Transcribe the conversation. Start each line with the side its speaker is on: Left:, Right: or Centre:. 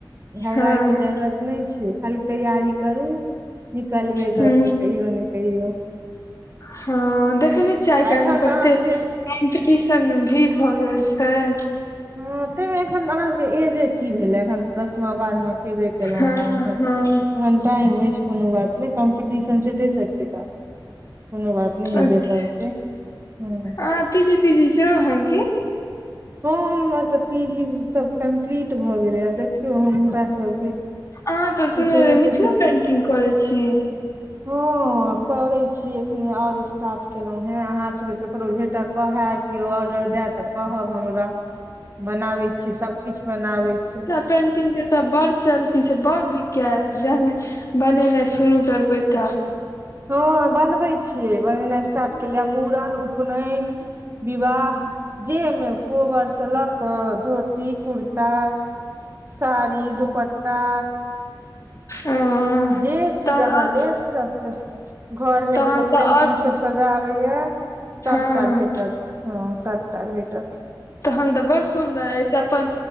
Right: घबड़ाईके
Left: हँ
Right: जरूरत नय छैय खाली तैयारी करू निकलबे
Left: हूँ
Right: करतै। कहियो ने कहियो
Left: हँ देखै नै छियै आइ
Right: आ
Left: काइलमे
Right: एखन
Left: कतेक
Right: तऽ अहाँ सबके
Left: कम्पिटिशनमे भीड़ भ गेल छैय।
Right: हँ तयमे एखन अहाँ सबके एजे की भेलै एखन दसमा बारहमा केबे केलौं
Left: हँ
Right: हें। एखन
Left: हँ
Right: टाइम अइछ कोनो बात नै कॉम्पटिशन छैय तै से कि त कोनो बात नै हेबेे
Left: अच्छा
Right: करतै ह।
Left: अहाँ पीजी तीजी केलौं हँ की।
Right: हँ हमर त पी- जी सब कम्प्लीट भ गेलैये आब देखियौ हमरा सबके
Left: अहाँ द सुनने
Right: किछो
Left: रही
Right: हेतै
Left: मिथिला पेंटिंग करैय छी।
Right: हँ। हँ करैय छी अखने और स्टार्ट केलहुं हे अहा सबके केकरो भेटै कोहे क्यो ऑर्डर दए त कहब हमरा बनाबै छी सभकिछ बनाबै छी।
Left: पेन्टिंगके त बड़ चलती छैय बड़ बीकैत जेहने बनेनाइ शुरू करबै त।
Right: हँ बनबै छियै बनेनाइ स्टार्ट केलियैए मूड़न ऊ उपनैन, विवाह जे मे कोबरसँ लऽ क धोती कुर्ता, साड़ी, दुपट्टा
Left: तहन
Right: जे चीज अहाँ
Left: आओर
Right: लेब सब टा घरमे
Left: तहन
Right: जे लोक पेंटिंग
Left: तऽ आओर
Right: सब सज जाबैये सबटा
Left: हँ
Right: भेटत हँ सबटा भेटत।
Left: तहन त बड़ सुन्दर अछि, अपन